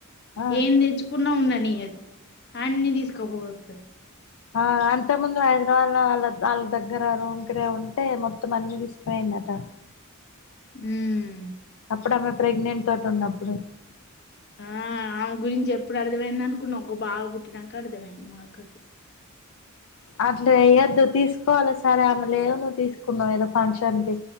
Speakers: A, on the left (about 80°); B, on the left (about 55°).
A: ఆ
B: ఏం తెచ్చుకున్నా ఉండది. ఉందనీయదు అన్ని తీసుకుపోతాది.
A: ఆ అంతే ముందు హైదరాబాద్ లో వాళ్ళ వాళ్ళ దగ్గర రూమ్ కిరాయి ఉంటే మొత్తం అన్ని తీసుకునియిందట
B: హ్మ్
A: అప్పుడు ఆమె ప్రెగ్నెంట్ తోటి ఉన్నప్పుడు
B: ఆ ఆమె గురించి ఎప్పుడు అర్థమైంది. అనుకున్నావ్ ఒక బాబు పుట్టినాక అర్థమైంది. మా అక్కకీ
A: అట్లే ఏందుకు తీసుకోవాలి సరే ఆమె లేదు నువ్వు తీసుకున్నావు ఏదో ఫంక్షన్ కి